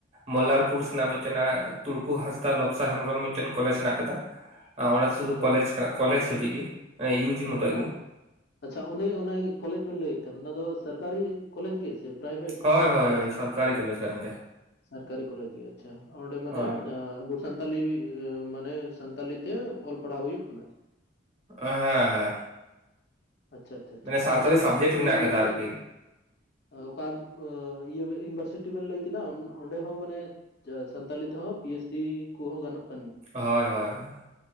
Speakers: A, on the right (about 35°); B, on the left (about 55°).
A: ᱢᱚᱞᱞᱟᱨᱯᱩᱨ ᱥᱮᱱᱟᱜ ᱢᱤᱫᱴᱮᱱ ᱮ ᱛᱲᱠᱩ ᱦᱟᱸᱥᱫᱟ ᱞᱚᱵᱥᱟ ᱦᱮᱢᱵᱨᱚᱢ ᱢᱤᱫᱴᱮᱱ ᱠᱚᱞᱮᱡᱽ ᱠᱚᱞᱮᱡᱽ ᱦᱮᱱᱟᱜ ᱟᱠᱟᱫᱟ ᱚᱱᱟᱛᱮ
B: ᱟᱪᱪᱷᱟ
A: ᱥᱩᱫᱩ
B: ᱟᱪᱪᱷᱟ
A: ᱠᱚᱞᱮᱡᱽ
B: ᱟᱪᱪᱷᱟ
A: ᱠᱟ ᱠᱚᱞᱮᱡᱽ ᱦᱟᱹᱵᱤᱡ ᱜᱮ ᱤᱭᱩᱡᱤ ᱢᱚᱛᱚᱡ
B: ᱟᱪᱪᱷᱟ,
A: ᱜᱮ
B: ᱟᱪᱪᱷᱟ ᱚᱱᱮ ᱚᱱᱟ ᱠᱚᱞᱮᱡᱽ ᱵᱮᱱ ᱞᱟᱹᱭᱮᱫ ᱠᱟᱱ ᱚᱱᱟ ᱫᱚ ᱥᱚᱨᱠᱟᱨᱤ ᱠᱚᱞᱮᱡᱽ ᱜᱮ ᱥᱮ ᱯᱨᱟᱭᱵᱷᱮᱴ
A: ᱦᱳᱭ ᱦᱳᱭ
B: ᱠᱚᱞᱮᱡᱽ
A: ᱦᱳᱭ
B: ᱠᱚ
A: ᱥᱚᱨᱠᱟᱨᱤ ᱠᱚᱞᱮᱡᱽ ᱠᱟᱱ ᱜᱮᱭᱟ
B: ᱥᱟᱨᱠᱟᱨᱤ ᱠᱚᱞᱮᱡᱽ ᱜᱮ ᱟᱪᱪᱷᱟ ᱚᱸᱰᱮ ᱢᱟᱱᱮ
A: ᱦᱳᱭ
B: ᱡᱟᱦᱟ ᱟᱵᱚ ᱥᱟᱱᱛᱟᱞᱤ ᱢᱟᱱᱮ ᱥᱟᱱᱛᱟᱞᱤ ᱛᱮ ᱚᱞ ᱯᱟᱲᱦᱟᱣ ᱦᱩᱭᱩᱜ ᱠᱟᱱᱟ
A: ᱦᱮᱸ ᱦᱮᱸ ᱦᱮᱸ
B: ᱟᱪᱪᱷᱟ ᱟᱪᱪᱷᱟ ᱟᱪᱪᱷᱟ
A: ᱢᱟᱱᱮ ᱥᱟᱶᱛᱟᱞᱤ
B: ᱚᱠᱟ
A: ᱥᱟᱵᱡᱮᱠᱴ
B: ᱫᱚ
A: ᱢᱮᱱᱟᱜ
B: ᱵᱮᱱ
A: ᱠᱟᱫᱟ
B: ᱞᱟᱹᱭ
A: ᱟᱨᱠᱤ
B: ᱠᱮᱜ-ᱟ ᱚᱠᱟ ᱤᱭᱟᱹ ᱤᱱᱵᱟᱨᱥ ᱪᱮᱫ ᱛᱮ ᱵᱮᱱ ᱞᱟᱹᱭ ᱠᱮᱫᱟ ᱚᱸᱰᱮ ᱦᱚᱸ ᱢᱟᱱᱮ ᱥᱟᱱᱛᱟᱞᱤ ᱛᱮᱦᱚᱸ ᱯᱤ ᱮᱭᱤᱪ ᱰᱤ ᱠᱚᱦᱚᱸ ᱜᱟᱱᱚᱜ ᱠᱟᱱᱟ
A: ᱦᱳᱭ ᱦᱳᱭ ᱦᱳᱭ